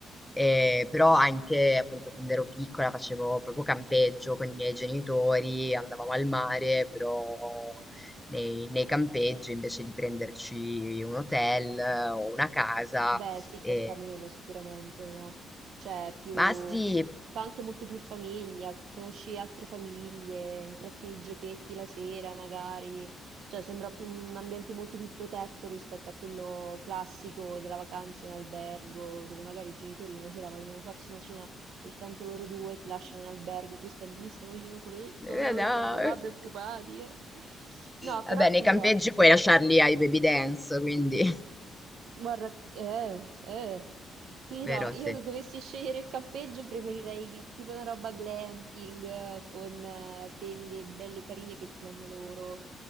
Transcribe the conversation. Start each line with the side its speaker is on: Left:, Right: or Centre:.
Centre: Eh, però anche appunto quando ero piccola facevo proprio campeggio con i miei genitori, andavamo al mare, però nei, nei campeggi invece di prenderci un hotel eh, o una casa.
Right: Beh, sì,
Centre: eh,
Right: costa meno sicuramente, no? Cioè, più...
Centre: ma sì,
Right: fa anche molto più famiglia, conosci altre famiglie, intratti i giochetti la sera magari, cioè sembra più un ambiente molto più protetto rispetto a quello classico della vacanza in albergo, dove magari i genitori una sera vogliono farsi una cena soltanto loro due, ti lasciano in albergo, tu stai lì solo io soletto,
Centre: <laughs>
Right: loro stanno là preoccupati. eh. No,
Centre: Vabbè,
Right: però
Centre: nei
Right: ti
Centre: campeggi
Right: dirò.
Centre: puoi lasciarli ai baby dance, quindi, <laughs>
Right: Guarda, eh, eh, ti dirò,
Centre: vero,
Right: io
Centre: sì.
Right: se dovessi scegliere il campeggio preferirei tipo una roba glamping eh, con eh, tende belle carine che ti danno loro.